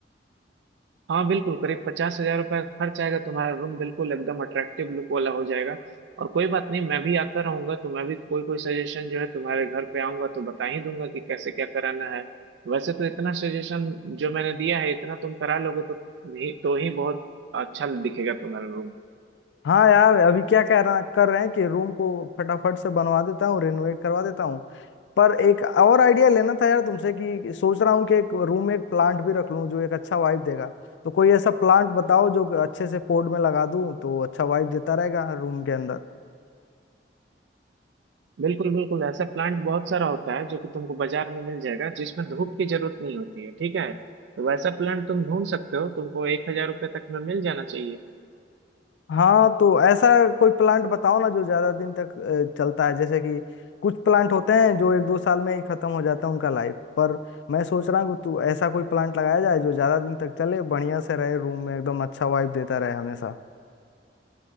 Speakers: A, on the right; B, on the left.
A: हाँ बिल्कुल करीब पचास हजार रुपये खर्च आएगा तुम्हारा रूम बिल्कुल एकदम अट्रैक्टिव लुक वाला हो जाएगा और कोई बात नहीं मैं भी आता रहूंगा तो मैं भी कोई कोई सजेशन जो है तुम्हारे घर पे आऊंगा तो बता ही दूंगा कि कैसे क्या कराना है वैसे तो इतना सजेशन जो मैंने दिया है इतना तुम करा लोगे तो ही तो ही बहुत अच्छा दिखेगा तुम्हारा रूम
B: हाँ यार अभी क्या कह रहा कर रहे हैं कि रूम को फटाफट से बनवा देता हूँ रिनोवेट करवा देता हूँ पर एक और आइडिया लेना था यार तुमसे कि सोच रहा हूँ कि एक रूम में एक प्लांट भी रख लूँ जो एक अच्छा वाइब देगा तो कोई ऐसा प्लांट बताओ जो अच्छे से पॉट में लगा दूँ तो अच्छा वाइब देता रहेगा रूम के अंदर
A: बिल्कुल बिल्कुल ऐसा प्लांट बहुत सारा होता है जो कि तुमको बाजार में मिल जाएगा जिसमें धूप की जरूरत नहीं होती है ठीक है तो वैसा प्लांट तुम ढूंढ सकते हो तुमको एक हजार रुपये तक में मिल जाना चाहिए
B: हाँ तो ऐसा कोई प्लांट बताओ ना जो ज्यादा दिन तक अ, चलता है जैसे कि कुछ प्लांट होते हैं जो एक दो साल में ही खत्म हो जाता है उनका लाइफ पर मैं सोच रहा हूँ कि तू ऐसा कोई प्लांट लगाया जाए जो ज्यादा दिन तक चले बढ़िया से रहे रूम में एकदम अच्छा वाइब देता रहे हमेशा